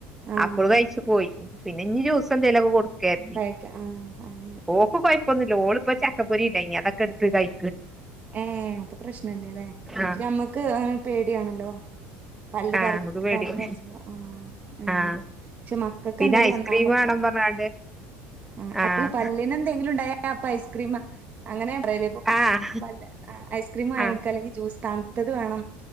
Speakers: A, on the right; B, in the centre.
A: ആഹ്
B: അപ്പോള് കഴിച്ച് പോയി പിന്നെ ഇഞ്ഞ് ജ്യൂസ് എന്തെലൊ കൊടുക്കേര്തി
A: കഴിക്ക ആഹ് അതന്നെ
B: ഓക്ക് കൊയ് പ്പൊന്നുല്ല ഓള്പ്പോ ചക്കപ്പൊരി ഇണ്ടായ്നി അതൊക്കട്ത്ത് കഴി
A: ഏ അപ്പൊ പ്രശ്നല്ല ല്ലേ പക്ഷെ
B: ആഹ്
A: മ്മക്ക് പേടിയാണല്ലോ പല്ല്
B: ആഹ്
A: പറ
B: നമുക്ക് പേടിയാ
A: പല്ല് പറിച്ച ആ അങ്ങനെ
B: ആഹ്
A: ക്ഷേ മ കക്ക്
B: പിന്നെ
A: എന്തേലും
B: ഐസ്ക്രീം
A: വന്നാ നമ്മക്ക്
B: വാണം പർഞ്ഞാണ്ട്
A: ആ
B: ആഹ്
A: അല്ല പല്ലിനന്തേ ന്നുണ്ടായപ്പോ ഐസ്ക്രീമ് അങ്ങ പേരെപോ
B: ആഹ്
A: <unintelligible> ആഹ് ഐസ്ക്രീമ് വാങ്ങിയോട്ക്ക
B: ആഹ്
A: അല്ലെങ്കി ജൂ സ് തണ്ത്തത് വേണം